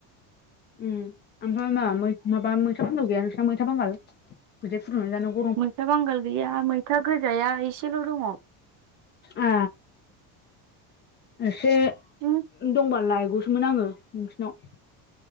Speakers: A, on the left (about 25°); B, on the right (about 50°).
A: उम ओमफ्राय मा माबा मैथा बांगाल गैया नोंस्रा मैथा बांगाल बिदाय फुदुंनानै जानांगौ।
B: मैथा बांगाल गैया मैथा गोजाया एसेल' दङ।
A: ए एसे
B: बिदिनो
A: दंबा लायगौ सोमोन आङो नोंसिनाव।